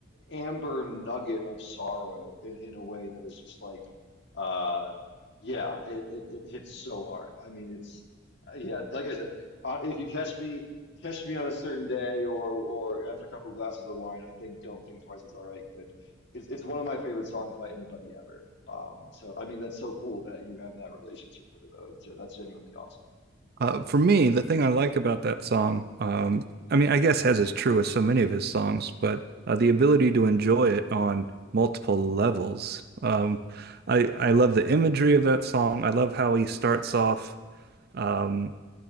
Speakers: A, on the left; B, on the right.
A: amber nugget of sorrow in, in a way that is just like uh yeah it, it it hits so hard I mean it's uh, yeah like I said uh, if you catch me catch me on a certain day or or after a couple of glasses of wine I think Don't Think Twice It's All Right could it's it's one of my favorite songs by anybody ever um so I mean that's so cool that you have that relationship with it I think ge- that's genuinely awesome
B: Uh, for me, the thing I like about that song, um, I mean, I guess as is true with so many of his songs, but uh, the ability to enjoy it on multiple levels. Um, I I love the imagery of that song. I love how he starts off, um,